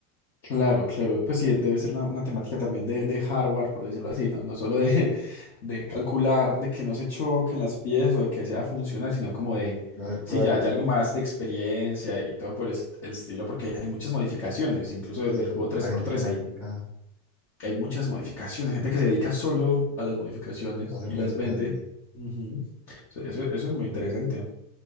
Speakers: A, on the left (about 40°); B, in the centre.
A: Claro, claro, pues sí, debe ser una, una temática también de, de hardware, por decirlo así, ¿no? No solo de, <laughs> de calcular, de que no se choquen las piezas o de que sea funcional, sino como de,
B: Van a hacer
A: sí,
B: prueba
A: ya,
B: y error.
A: ya algo más de experiencia y todo por es- el, estilo, porque hay muchas modificaciones, incluso desde
B: Sí,
A: el cubo tres
B: la
A: por
B: gente
A: tres
B: que modifica,
A: hay, hay muchas modificaciones, gente que se dedica solo a las modificaciones
B: va a hacer
A: y
B: modificaciones.
A: las vende.
B: sí.
A: Ujú. Eso, eso
B: Y-
A: eso es muy interesante.